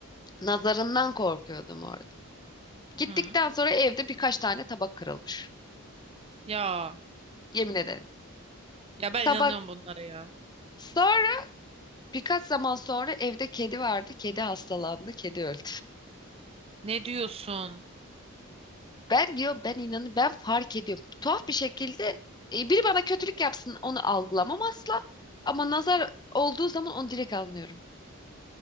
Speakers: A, on the left; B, on the right.
A: nazarından korkuyordum orada. Gittikten
B: Hı.
A: sonra evde birkaç tane tabak kırılmış.
B: Ya
A: Yemin ederim.
B: ya ben
A: Tabak
B: inanıyorum bunlara ya.
A: sonra birkaç zaman sonra evde kedi vardı. Kedi hastalandı, kedi öldü.
B: Ne diyorsun?
A: Ben diyor ben inanı ben fark ediyorum. Tuhaf bir şekilde e, biri bana kötülük yapsın onu algılamam asla. Ama nazar olduğu zaman onu direkt anlıyorum.